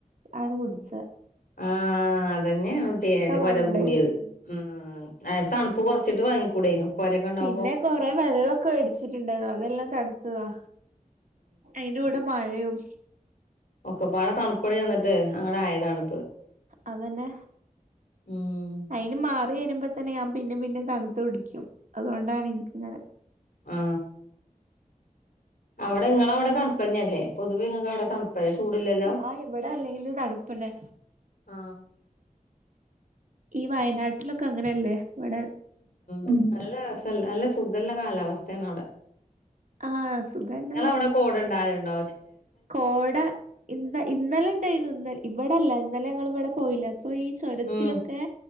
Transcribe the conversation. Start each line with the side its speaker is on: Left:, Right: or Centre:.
Right: ആണ് കുടിചേ
Left: ആ അതന്നെയാണ് കുട്ട്യേ ന്റെകൊര
Right: പോലെ ഉണ്ടായിരുന്നു
Left: കൂട്യേ ഉം ആ തണുപ്പ് കുറച്ചിട്ട് വാങ്ങിക്കൂടേനോ കൊരൊക്കെ ഉണ്ടാവുമ്പോ
Right: പിന്നെ കൊറെേ വെള്ളൊക്കെ വേടിച്ചിട്ടുണ്ടായിരുന്നു അതെല്ലാം തണുത്തതാ അയിന്റെ കൂടെ മഴയും
Left: ഒക്കെപാടെ തണുപ്പണ് ചെന്നിട്ട് അങ്ങടെ ആയതാണ്
Right: അതന്നെ
Left: ഉം
Right: അയിന് മാറി വരുമ്പോതന്നെ ഞാൻ പിന്നിംപിന്നിം തണുത്ത കുടിക്കും അതുകൊണ്ടാണ് ഇൻക്ക്ങ്ങനെ
Left: ആ അവടെ ങ്ങളഅവടെ തണുപ്പന്നെയല്ലേ പൊതുവെങ്ങക്കവട തണുപ്പല്ലേ ചൂട്ല്ലല്ലോ
Right: ആ ഇവിടെ അല്ലെങ്കിലും തണുപ്പന്നെ
Left: ആ
Right: ഈ വയനാട്ടിലൊക്കെ അങ്ങനെയല്ലേ വടെ
Left: ഉം നല്ല നല്ല സുഖല്ല കാലാവസ്ഥയാണ് അവടെ
Right: ആഹ് സുഖന്നെ
Left: ങ്ങളവിടെ കോടണ്ടാവൽണ്ടോ
Right: കോട ഇന്ന ഇന്നലെണ്ടായിന്ന് ഇന്ന ഇവിടെല്ല ഇന്നലെങ്ങളവിടെപോയിലെ അപ്പൊ ഈ ചൊരത്തിലൊക്കെ
Left: ഉം